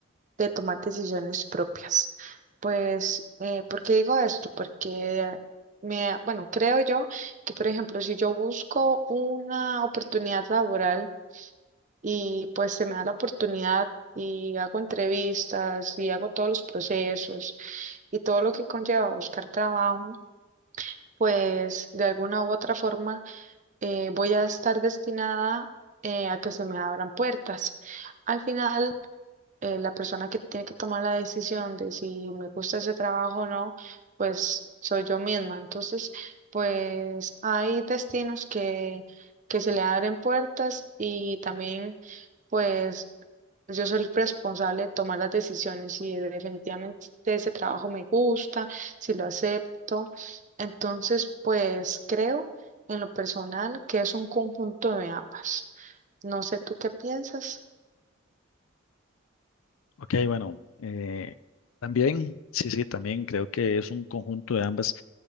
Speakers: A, on the right (about 35°); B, on the left (about 80°).
A: de tomar decisiones propias. Pues, eh, ¿por qué digo esto? Porque me, bueno, creo yo que, por ejemplo, si yo busco una oportunidad laboral, y pues se me da la oportunidad y hago entrevistas y hago todos los procesos y todo lo que conlleva buscar trabajo, pues de alguna u otra forma eh, voy a estar destinada eh, a que se me abran puertas. Al final, eh, la persona que tiene que tomar la decisión de si me gusta ese trabajo o no, pues soy yo misma. Entonces, pues hay destinos que, que se le abren puertas y también... Pues yo soy responsable de tomar las decisiones y definitivamente ese trabajo me gusta, si lo acepto. Entonces, pues creo en lo personal que es un conjunto de ambas. No sé tú qué piensas.
B: Ok, bueno, eh, también, sí, sí, también creo que es un conjunto de ambas.